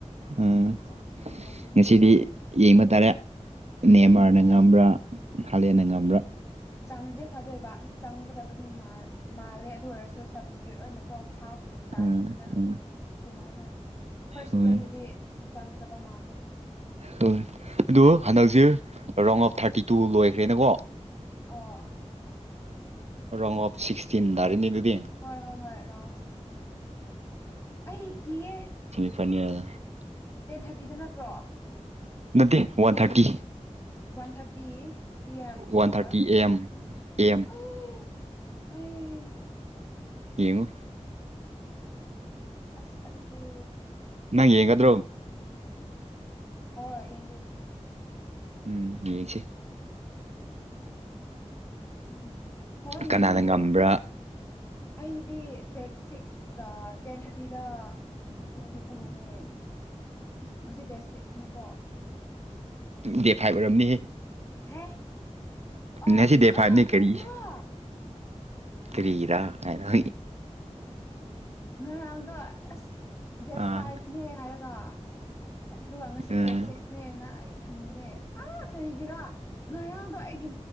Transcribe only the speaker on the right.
ꯑꯝ
ꯉꯁꯤꯗꯤ ꯌꯦꯡꯕ ꯇꯥꯔꯦ ꯃꯦꯟꯃꯥꯔꯅ
ꯉꯝꯕ꯭ꯔꯥ
ꯍꯂꯦꯟꯟꯅ ꯉꯝꯕ꯭ꯔꯥ
ꯎꯝ ꯎꯝ
ꯍꯣꯏ
ꯍ ꯑꯗꯨ ꯍꯟꯗꯛꯁꯦ ꯔꯥꯎꯟ ꯑꯣꯞ ꯊꯥꯔꯇꯤ ꯇꯨ ꯂꯣꯏꯈ꯭ꯔꯦꯅꯀꯣ
ꯔꯣꯡ ꯑꯣꯐ ꯁꯤꯛꯁꯇꯤꯟ ꯥꯔꯦꯅꯦ ꯑꯗꯨꯗꯤ
ꯑꯩꯈꯅ
ꯅꯠꯇꯦ one thirty
one thirty
A M A M
ꯌꯦꯡꯉꯨ
ꯅꯪ ꯌꯦꯡꯗ꯭ꯔꯣ
ꯎꯝ ꯌꯦꯡꯁꯦ
ꯀꯅꯥꯅ ꯉꯝꯕ꯭ꯔꯥ
ꯗꯦꯠ ꯐꯥꯏꯚ ꯑꯣꯏꯔꯝꯅꯤꯍꯦ
ꯅ ꯁꯤ ꯗꯦꯠ ꯐꯥꯏꯚꯅꯦ
ꯀꯔꯤ
ꯇꯔꯤꯗ ꯀꯅ
ꯑꯥ
ꯎꯝ